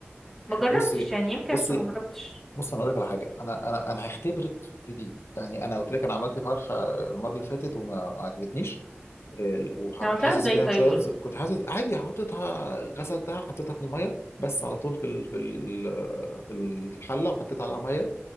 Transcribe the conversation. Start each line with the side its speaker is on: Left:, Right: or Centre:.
Centre: ما جربتش
Left: بصي
Centre: يعني يمكن
Left: بصي
Centre: عشان ما جربتش
Left: بص انا اقول لك على حاجه انا انا انا هختبرك في دي يعني انا قلت لك انا عملت فرخه المره اللي فاتت وما عجبتنيش آه، وكنت
Centre: عملتها
Left: حاسس
Centre: ازاي
Left: فيها
Centre: طيب
Left: بشويه
Centre: قولي
Left: ز- كنت حاسس عادي حطيتها غسلتها حطيتها في الميه بس على طول في ال- في ال- في الحله وحطيت عليها ميه